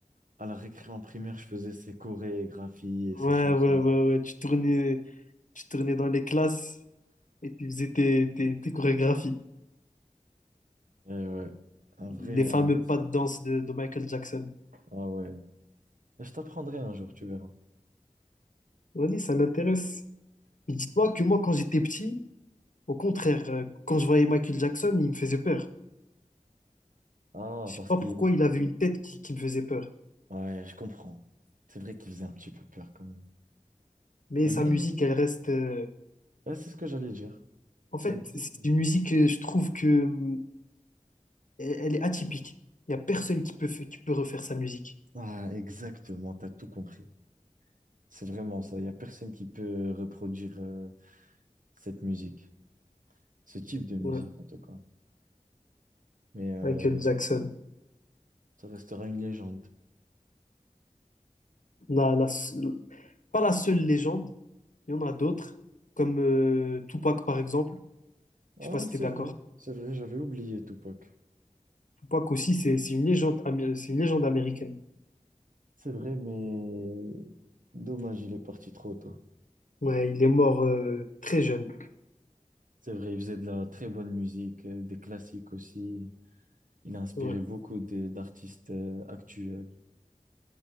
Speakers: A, on the right; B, on the left.
A: à la récré en primaire, je faisais ses chorégraphies et
B: Ouais,
A: ses chansons.
B: ouais, ouais, ouais. Tu tournais, tu tournais dans les classes et tu faisais tes, tes, tes chorégraphies.
A: Eh ouais, un vrai,
B: Les fameux
A: un vrai
B: pas
A: fan.
B: de danse de, de Michael Jackson.
A: Ah ouais. Je t'apprendrai un jour, tu verras.
B: Oui ça m'intéresse. Mais dis-toi que moi, quand j'étais petit, au contraire, euh, quand je voyais Michael Jackson, il me faisait peur.
A: Ah,
B: Je
A: parce
B: sais pas
A: qu'il...
B: pourquoi il avait une tête qui, qui me faisait peur.
A: Ouais, je comprends. C'est vrai qu'il faisait un petit peu peur quand même.
B: Mais
A: Mais
B: sa musique, elle reste, euh,
A: ouais, c'est ce que j'allais dire.
B: En fait,
A: Sa musique.
B: c'est
A: euh.
B: une musique, euh, je trouve que hum, elle elle est atypique. Il n'y a personne qui peut, fa- qui peut refaire sa musique.
A: Ah, exactement, t'as tout compris. C'est vraiment ça. Il n'y a personne qui peut reproduire euh, cette musique, ce type de musique
B: Ouais.
A: en tout cas. Mais euh,
B: Michael Jackson.
A: ça restera une légende.
B: La, la seule- pas la seule légende, il y en a d'autres, comme euh, Tupac par exemple. Je
A: Ah,
B: sais pas si
A: c'est
B: tu es d'accord.
A: vrai, c'est vrai, j'avais oublié Tupac.
B: Tupac aussi, c'est c'est une légende, amé- c'est une légende américaine.
A: C'est vrai, mais dommage, il est parti trop tôt.
B: Ouais, il est mort euh, très jeune.
A: C'est vrai, il faisait de la très bonne musique, euh, des classiques aussi. Il a inspiré
B: Ouais,
A: beaucoup de- d'artistes euh, actuels.